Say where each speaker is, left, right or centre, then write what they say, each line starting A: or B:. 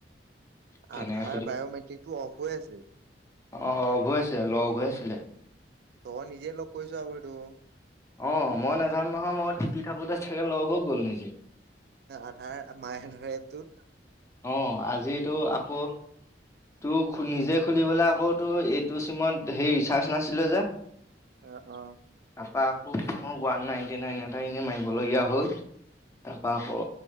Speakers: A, on the left; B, on the right.
A: কেনেকে
B: আধাৰ বায়'মেট্ৰিক টো অফ হৈ আছে।
A: অঁ অফ হৈ আছিলে লক হৈ আছিলে।
B: তই নিজে লক কৰিছ আকৌ এইটো।
A: অ' মই নোযানো নহয়, মই টিপি থাকোঁতে চাগে লক হৈ গ'ল নিজে।
B: আধাৰ মায় আধাৰ এ'পটো
A: অঁ আজিতো আকৌ তোৰ নিজে খুলিবলৈ আকৌ তোৰ এইটো চিমত সেই ৰিচাৰ্জ নাছিলে যে।
B: এ অ'।
A: তাৰাপা আকৌ মই ওৱান নাইনটি নাইন এটা এনেই মাৰিবলগীয়া হ'ল। তাৰপৰা আকৌ